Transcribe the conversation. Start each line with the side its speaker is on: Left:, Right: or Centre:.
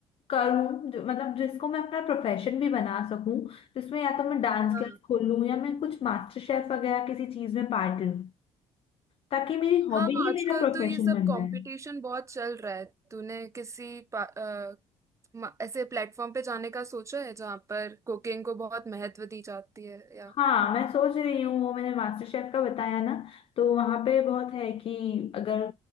Left: करूँ जो मतलब जिसको मैं अपना प्रोफेशन भी बना सकूं जिसमें या तो मैं डांस
Right: हाँ
Left: क्लास खोल लूँ या मैं कुछ मास्टर शेफ वगैरह किसी चीज में पार्ट लूँ ताकि मेरी
Right: हाँ
Left: हॉबी ही
Right: आजकल
Left: मेरा प्रोफेशन
Right: तो ये सब
Left: बन
Right: कंपटीशन
Left: जाए
Right: बहुत चल रहा है तूने किसी पा- अ, म- ऐसे प्लेटफॉर्म पे जाने का सोचा है जहाँ पर कुकिंग को बहुत महत्व दी जाती है या
Left: हाँ मैं सोच रही हूँ वो मैंने मास्टर शेफ का बताया ना तो वहां पे बहुत है कि अगर